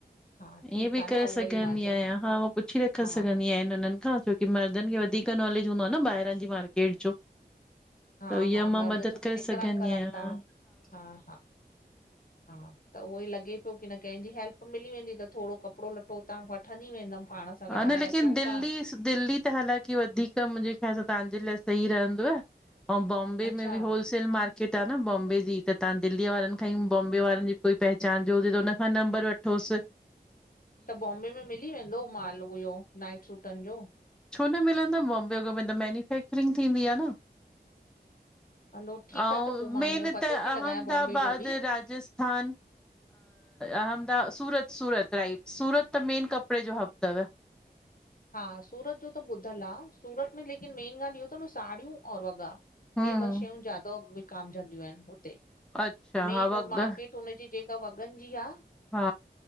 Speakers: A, on the left; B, in the centre.
A: हा ठीकु
B: ईअं बि
A: आ
B: करे
A: न उहो
B: सघंदी
A: ई मां चयो
B: आहियां। हा उ पुछी रख
A: हा
B: सघंदी आहियां हुनन खां छ की मर्दन खे वधीक नॉलेज हूंदो आ न ॿाहिरां जी मार्केट जो।
A: हा-
B: त इहा
A: हा मर्द
B: मां मदद
A: छो
B: करे
A: की निकरन
B: सघंदी
A: करन
B: आहियां
A: ता हा -हा- हा। त उहो ई लॻे पयो की न केजी हेल्प मिली वेंदी त थोॾो कपड़ो लटो हुतां वठंदी वेंदम पाण। सां
B: ह
A: गॾु हाणे
B: न लेकिन
A: अचूं
B: दिल्ली
A: था
B: दिल्ली त हालाकी वधीक मुंजे ख़याल तहांजे लाए सही रहदो। अउ बॉम बे
A: अच्छा
B: में बि होल सेल मार्केट आ न बॉम्बे जी त तहां दिल्ली वारन खां ई बॉम्बे वारन जी कोई पहचान जो हुजे त हुनखां नंबर वठ ठोस
A: त बॉम्बे में मिली वेंदो माल इहो नाइट सूटन जो?
B: छो न मिलंदा बॉम्बे अग में त मैन्युफैक्चरिंग थींदी आ न।
A: हलो ठीकु
B: ऐं
A: आहे त पोइ मां
B: मेन
A: इहो पतो
B: त
A: थी
B: अहमदाबाद,
A: लॻायां बॉम्बे जो बि
B: राजस स्थान, अहमदा, सूरत- सूरत राइट सूरत त मेन कपड़े जो हब तव।
A: हा सूरत जो त ॿुधल आ। सूरत में लेकिन मेन ॻाल इहो तव न साड़ियूं और वॻा
B: हम्म
A: हे ॿ शयूं ज्यादा विकामजंदियूं आहिन हुते।
B: अच्छा
A: मेन
B: हा
A: उ
B: वॻ
A: मार्केट हुनजी जेका वॻन जी आ
B: हा